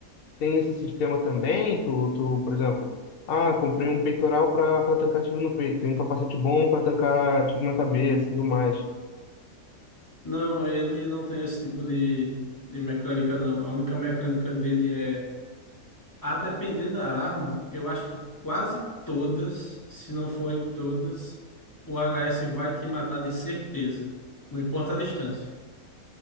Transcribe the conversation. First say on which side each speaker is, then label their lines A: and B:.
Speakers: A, on the left; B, on the left.
A: Tem esse sistema também, tu, tu, por exemplo, ah, comprei um peitoral para para tancar tiro no peito, tem um capacete bom para tancar tiro na cabeça, e tudo mais.
B: Não, ele não tem esse tipo de, de mecânica, não. A única mecânica dele é, a depender da arma, eu acho que quase todas, se não forem todas, o HS vai te matar de certeza. Não importa a distância.